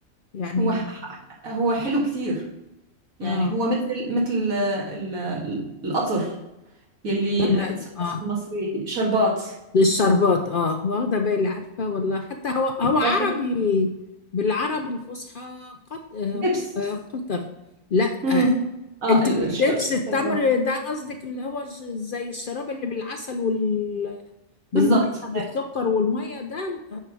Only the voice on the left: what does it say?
يعني
اه
تمام
اه
للشربات اه واخدة بالي عارفة والله حتى هو هو عربي
بالعربي الفصحى قط... آه، ق-
آه، قطر لا
آه،
انت
الدبس
التمر ده قصدك اللي هو ز- زي الشراب اللي بالعسل وال بالميه
بالسكر
والميه ده اه